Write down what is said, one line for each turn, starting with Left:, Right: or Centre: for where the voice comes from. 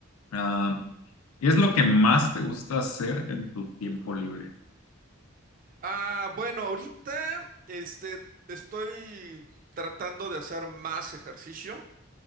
Left: Ah, ¿qué es lo que más te gusta hacer en tu tiempo libre?
Right: Ah, bueno, ahorita, este, estoy tratando de hacer más ejercicio.